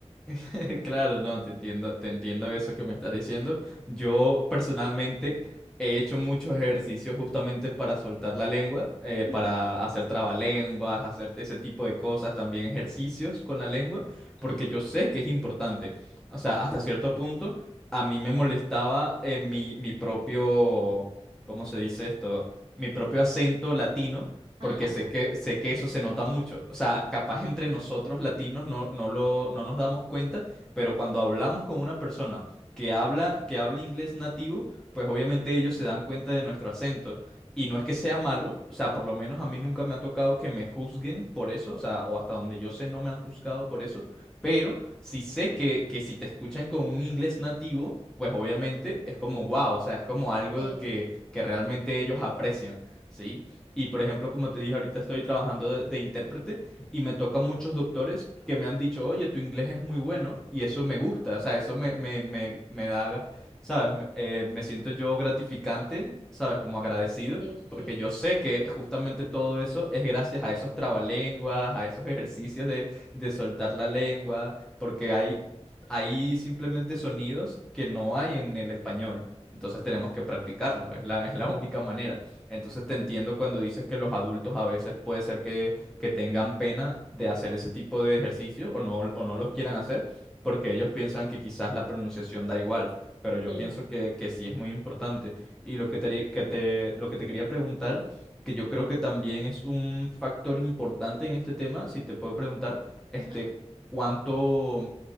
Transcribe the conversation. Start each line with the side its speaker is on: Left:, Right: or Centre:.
Centre: <laughs> Claro, no, te entiendo, te entiendo eso que me estás diciendo. Yo personalmente he hecho muchos ejercicios justamente para soltar la lengua, eh,
Right: Ujú.
Centre: para hacer trabalenguas, hacer ese tipo de cosas, también ejercicios con la lengua, porque
Right: Sí,
Centre: yo sé que es importante. O sea, hasta cierto punto a mí me molestaba eh, mi, mi propio, ¿cómo se dice esto? Mi propio acento latino
Right: ajá,
Centre: porque sé que, sé que eso se nota mucho. O sea, capaz entre nosotros latinos no, no lo, no nos damos cuenta, pero cuando hablamos con una persona que habla, que habla inglés nativo, pues obviamente ellos se dan cuenta de nuestro acento. Y no es que sea malo, o sea, por lo menos a mí nunca me ha tocado que me juzguen por eso, o sea, o hasta donde yo sé no me han juzgado por eso, pero sí sé que, que si te escuchan con un inglés nativo, pues obviamente es como wow, o sea, es como algo
Right: sí,
Centre: que, que realmente ellos aprecian, ¿sí? Y por ejemplo, como te dije, ahorita estoy trabajando de, de intérprete y me tocan muchos doctores que me han dicho, oye, tu inglés es muy bueno y eso me gusta, o sea, eso me, me, me, me da, ¿sabes? Me, eh, me siento yo gratificante, ¿sabes? Como agradecido,
Right: sí, sí, sí,
Centre: porque yo sé que justamente todo eso es gracias a esos trabalenguas, a esos ejercicios de, de soltar la lengua, porque hay, hay simplemente sonidos que no hay en el español. Entonces tenemos que practicarlo, es la, es la única manera. Entonces te entiendo cuando dices que los adultos a veces puede ser que que tengan pena de hacer ese tipo de ejercicio o no, o no los quieran hacer, porque ellos piensan que quizás la pronunciación da igual, pero yo
Right: sí,
Centre: pienso que, que sí es muy importante. Y lo que te, que te, lo que te quería preguntar, que yo creo que también es un factor importante en este tema, si te puedo preguntar, este,
Right: ajá.
Centre: ¿cuánto,